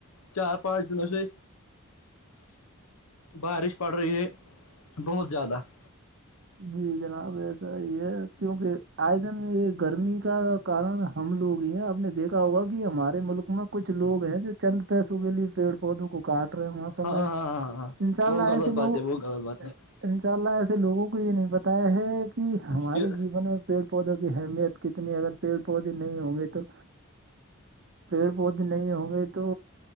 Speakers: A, on the left (about 80°); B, on the right (about 55°).
A: چار پانچ دنوں سے بارش پڑ رہی ہے بہت زیادہ <inaudible>
B: جی جناب ایسا یہ ہے کیونکہ آئے دن یہ گرمی کا کارن ہم لوگ یہ ہیں آپ نے دیکھا ہوگا کہ ہمارے ملک میں کچھ لوگ ہیں جو چند پسوں کے لیے پیڑ پودوں کو کاٹ رہے ماشاء
A: ہاں
B: اللہ
A: ہاں ہاں ہاں
B: ان شاء
A: وہ
B: اللہ
A: غلط
B: ایسے لوگ
A: بات ہے وہ غلط بات ہے
B: ان شاء اللہ ایسے لوگوں کو یہ نہیں بتایا ہے کہ ہمارے
A: کہ
B: جیون میں پیڑ پودوں کی اہمیت کتنی اگر پیڑ پودے نہیں ہوں گے تو پیڑ پودے نہیں ہوں گے تو